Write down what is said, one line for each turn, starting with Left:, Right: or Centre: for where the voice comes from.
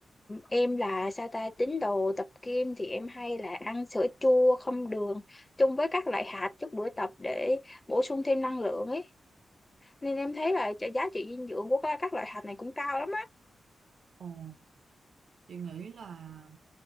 Left: em là sao ta tín đồ tập gym thì em hay là ăn sữa chua không đường chung với các loại hạt trước buổi tập để bổ sung thêm năng lượng ấy nên em thấy là giá trị dinh dưỡng của các các loại hạt này cũng cao lắm á
Right: Ồ. Chị nghĩ là